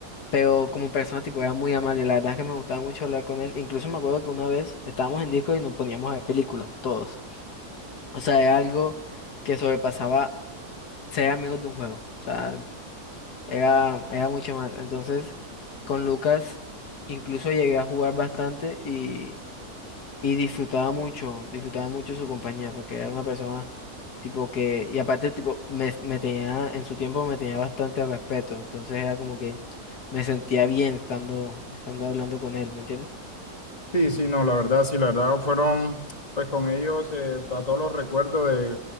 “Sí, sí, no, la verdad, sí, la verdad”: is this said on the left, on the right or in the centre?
Left